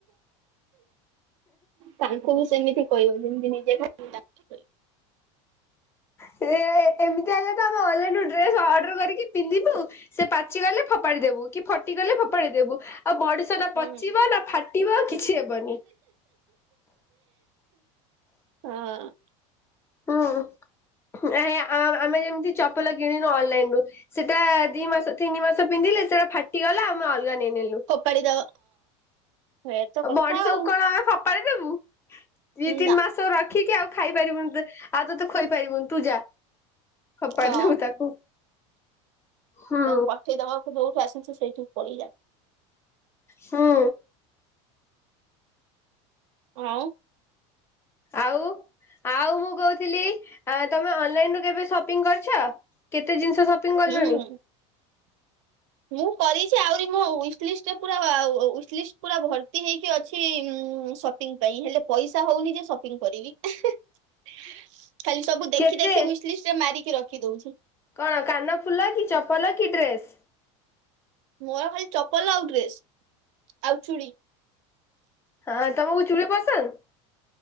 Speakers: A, on the right; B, on the left.
A: ତାଙ୍କୁ ବି ସେମିତି କହିବ ଯେମ୍ ନିଜ। <unintelligible>
B: ହ ଏ-ଏମିତି ହେଲେତ ଆମେ ଅନଲାଇନରୁ ଡ୍ରେସ ଅର୍ଡର କରିକି ପିନ୍ଧିବୁ ସେ ପାଚି ଗଲେ ଫୋପାଡିି ଦେବୁ ଫଟିଗଲେ ଫୋପାଡି ଦେବୁ ଆଉ ମଣିଷ ନା
A: ହୁଁ
B: ପଚିବ ନା ଫାଟିବ କି ଛି ହେବନି।
A: ହଁ
B: ହଁ। ଆ-ଆମେ ଯେମତି ଚପଲ କିଣିଲୁ ଅନଲାଇନ ରୁ ସେଟା ଦି ମାସ ତିନି ମାସ ପିନ୍ଧି ସେଟା ଫାଟିଗଲା ଆମେ ଅଲଗା ନେଇନେଲୁ
A: କୋପାଡି ଦଁ ଏୟାତ କଥା
B: ବଡିସକୁ
A: ଆଉ
B: କଣ ଆମେ ଫୋପାଡି ଦେବୁ। ଦି ତିନି
A: ନା
B: ମାସ ରଖିକି ଆଉ ଖାଇପାରିବୁନି ଆଉ ତତେ ଖୋଇପାରିବୁନି ତୁ ଜା। ଫୋପାଡ଼ି
A: ହଁ
B: ଦବୁ ତାକୁ ହୁଁ
A: ଯ ପଠେଇ ଦବ ଯୋଉଠି ଆସିଛୁ, ସେଇଠୁ ପଳେୟା
B: ହଁ।
A: ଆଉ।
B: ଆଉ। ଆଉ ମୁଁ କହୁଥିଲି ଅ ତମେ ଅନଲାଇନ ରୁ କେବେ ସପିଂ କରିଛ କେତେ ଜିନି? ସପିଂ କଲାଣି?
A: ହୁଁ। ମୁଁ କରିଛି ଆହୁରି ମୋ ଉଇଜି ଲିଷ୍ଟଟା ପୁରା ଉଇଜଲିଷ୍ଟ ପୁରା ଭର୍ତ୍ତି ହେଇକି ଅଛି। ସପିଂ ପାଇଁ ହେଲେ ପଇସା ହଉନି ଯେ ସପିଂ କରିବି। ଖାଲି ସବୁ ଦେଖି
B: କେତେ
A: ଦେଖି ଉଇଜ ଲିଷ୍ଟ ମମାରିକି ରଖି ଦଉଛି।
B: କଣ କାନ ଫୁଲ କି ଚପଲ କି ଡ୍ରେସ୍?
A: ମୋର ଖାଲି ଚପଲ ଆଉ ଡ୍ରେସ୍ ଆଉ ଚୁଡ଼ି।
B: ହଁ ତମକୁ ଚୁଲି ପସନ୍ଦ?